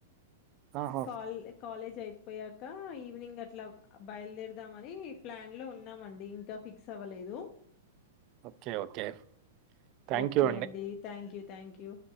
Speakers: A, on the right (about 40°); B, on the left (about 40°).
A: ఆహా!
B: కాల్ కాలేజ్ అయి పోయాక ఈవినింగ్ అట్లా బయలుదేర్ ద్దామని ప్లాన్ లో ఉన్నామండి ఇంకా ఫిక్స్ అవ్వలేదు
A: okay. Okay. Thank
B: okay
A: you
B: అండి థ్యాంక్ యూ థ్యాంక్ యూ.